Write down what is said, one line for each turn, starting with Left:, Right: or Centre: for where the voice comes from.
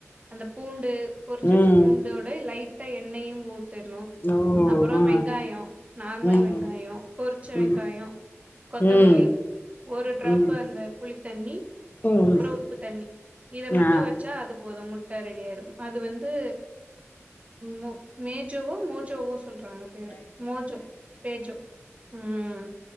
Right: அந்த பூண்டு பொறிச்சு
Left: ம்
Right: வெச்ச பூண்டோட லைட்டா எண்ணெயு ஊத்தணு
Left: ஓ
Right: அப்பறோ
Left: ஆ
Right: வெங் காயோ நார்மல்
Left: ம்
Right: வெங்காயோ பொரிச்ச வெங்காயோ
Left: ம்
Right: கொத்தமல்லி
Left: ம்
Right: ஒரு டிராப்பு
Left: ம்
Right: அந்த புளித்தண்ணி
Left: ம்
Right: அப்பறோ உப்பு தண்ணி இத மட்டு
Left: ஆ
Right: வெச்சா அது போது மு ட்ட ரெடி ஆயிரும் அது வந்து மோ மேஜோவோ மோஜோவோ சொல்றாங்க பேரு மோஜோ பேஜோ ம்